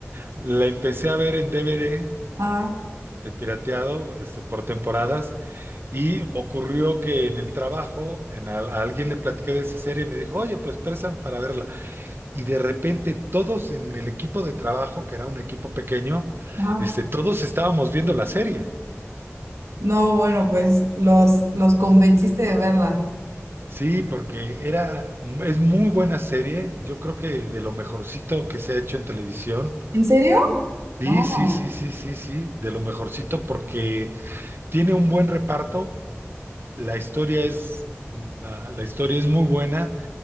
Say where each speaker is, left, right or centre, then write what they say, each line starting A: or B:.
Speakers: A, on the right; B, on the right.
A: la empecé a ver en DVD,
B: ajá,
A: este, pirateado, este, por temporadas. Y ocurrió que en el trabajo, en al- a, alguien le platiqué de esa serie y me dijo, oye, pues préstame para verla. Y de repente todos en el equipo de trabajo, que era un equipo pequeño,
B: ajá.
A: este, todos estábamos viendo la serie.
B: No, bueno, pues los, los convenciste de verla.
A: Sí, porque era, mm, es muy buena serie. Yo creo que de lo mejorcito que se ha hecho en televisión.
B: ¿En serio?
A: Sí,
B: No.
A: sí, sí, sí, sí, sí, de lo mejorcito porque tiene un buen reparto. La historia es, mm, la, la historia es muy buena